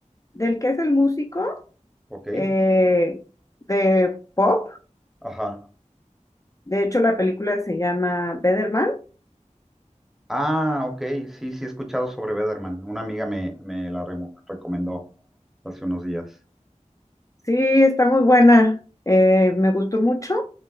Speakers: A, on the left; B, in the centre.
A: del que es el músico
B: Ok,
A: eh, de pop.
B: ajá.
A: De hecho, la película se llama Betterman.
B: Ah, ok, sí, sí he escuchado sobre Bederman. Una amiga me, me la remo- recomendó hace unos días.
A: Sí, está muy buena. Eh, me gustó mucho.